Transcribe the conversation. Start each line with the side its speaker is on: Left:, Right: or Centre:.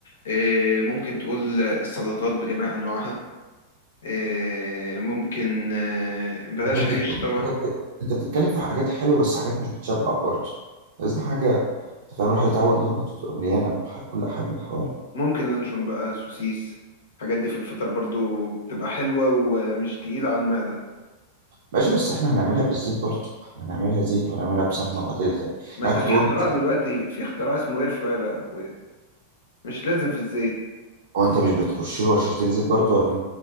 Left: آه، ممكن تقول السلطات بجميع انواعها آه، ممكن آه، بلاش
Right: انت
Left: عيش
Right: بتتكلم
Left: طبعا
Right: انت بتتكلم انت بتتكلم في حاجات حلوه بس حاجات مش بتشبع برضه عايزين حاجه انت فاهم الواحد يتعود اللي هو بتبقى مليانه بكل حاجه من الحوال
Left: ممكن لانشون بقى سوسيس الحاجات دي في الفطار برضو بتبقى حلوه ومش تقيله على المعده
Right: ماشي بس احنا هنعملها بالزيت برضه احنا هنعملها زيت وهنعملها بسمنه وعادي
Left: ما انت
Right: انا كنت
Left: في
Right: بقول
Left: اختراع
Right: مثلا،
Left: دلوقتي في اختراع اسمه اير فراير يا اخويا مش لازم في الزيت
Right: هو انت مش بترش له رشتين زيت برضه ولا